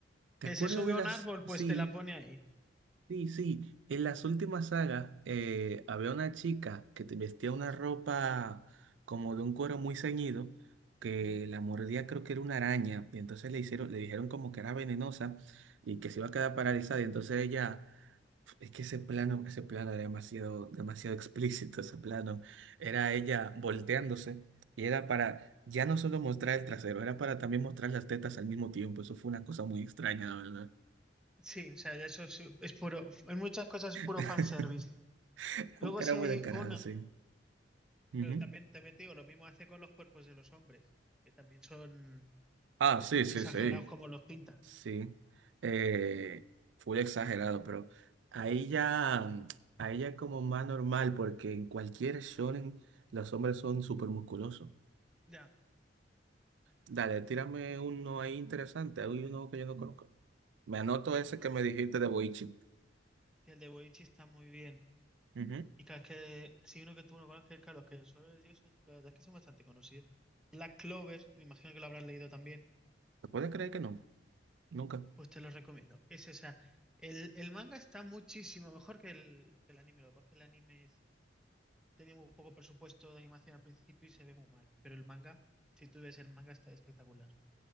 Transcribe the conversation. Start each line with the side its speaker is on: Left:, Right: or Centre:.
Right: ¿te
Centre: que
Right: acuerdas
Centre: se sube
Right: de
Centre: a
Right: las...
Centre: un árbol, pues
Right: Sí,
Centre: te la pone ahí.
Right: sí, sí. En las últimas sagas eh, había una chica que te- vestía una ropa como de un cuero muy ceñido, que
Centre: Ujú.
Right: la mordía creo que era una araña, y entonces le hicieron, le dijeron como que era venenosa y que se iba a quedar paralizada, y entonces ella es que ese plano, ese plano era demasiado, demasiado explícito, ese plano. Era ella volteándose y era para ya no solo mostrar el trasero, era para también mostrar las tetas al mismo tiempo. Eso fue una cosa muy extraña, la verdad.
Centre: Sí, o sea, eso es, es puro, en muchas cosas es puro
Right: <laughs>
Centre: fanservice.
Right: Era
Centre: Luego
Right: era
Centre: sí
Right: muy
Centre: hay
Right: descarada,
Centre: una,
Right: sí. Ujú.
Centre: pero también, también te digo, lo mismo hace con los cuerpos de los hombres, que también son
Right: Ah, sí, sí,
Centre: exagerados
Right: sí.
Centre: como los pinta.
Right: Sí. Eh, fue exagerado, pero a ella, a ella como más normal, porque en cualquier shonen los hombres son súper musculosos.
Centre: Ya,
Right: Dale, tírame uno ahí interesante. Hay uno que yo no conozco. Me anoto
Centre: pero
Right: ese
Centre: no
Right: que
Centre: quiero-
Right: me dijiste de Boichi.
Centre: sí, el de Boichi está muy bien.
Right: Ujú.
Centre: Y claro, es que si uno que tú no conoces, claro, los que son ellos son, la verdad es que son bastante conocidos. Black Clover, me imagino que lo habrás leído también,
Right: ¿Me puedes creer que no? Nunca.
Centre: pues te lo recomiendo. Es esa. El, el manga está muchísimo mejor que el, que el anime, lo que pasa es que el anime es- tenía muy poco presupuesto de animación al principio y se ve muy mal, pero el manga, si tú ves el manga, está espectacular.